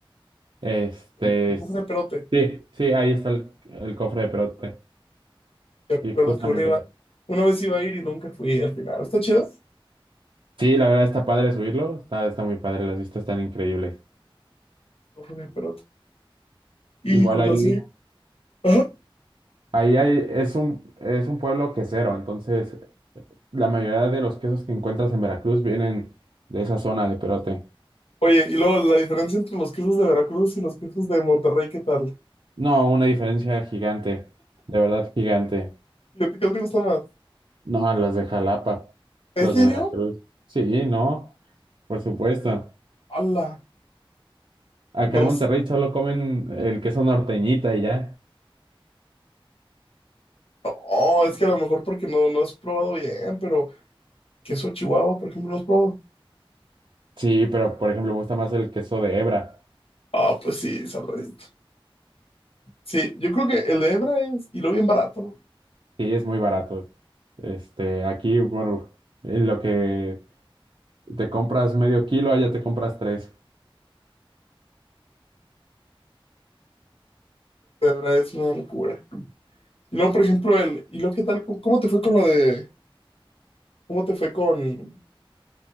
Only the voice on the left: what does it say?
El, el
cofre de Perote.
Yo recuerdo
que uno iba,
una vez iba a ir y nunca fui al final. ¿Está chido?
Cofre de Perote. Y
conocí.
Ajá.
Oye, y luego la diferencia entre los quesos de Veracruz y los quesos de Monterrey, ¿qué tal?
¿Y a ti qué te gusta más?
¿En
serio?
¡Hala!
No,
s-
no, es que a lo mejor porque no, no has probado bien, pero queso Chihuahua, por ejemplo, no has probado.
Ah, pues sí, salvadito. Sí, yo creo que el de Hebra es, y lo bien barato, ¿no?
El de Hebra es una locura. Y luego, por ejemplo, el, ¿y luego qué tal? ¿Cómo, cómo te fue con lo de, cómo te fue con,